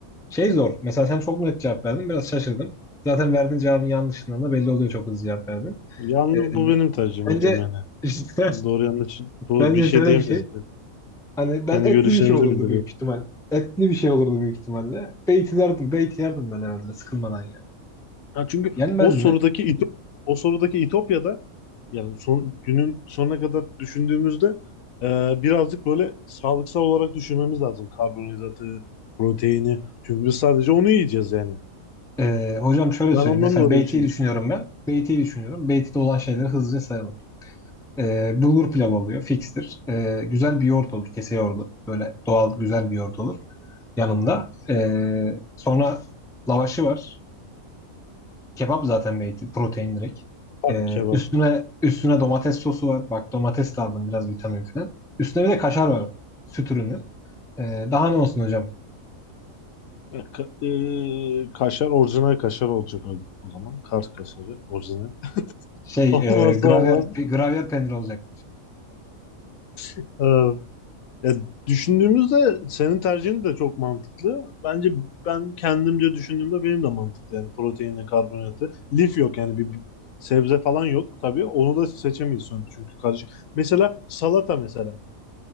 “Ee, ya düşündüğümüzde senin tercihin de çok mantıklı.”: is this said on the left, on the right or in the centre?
Left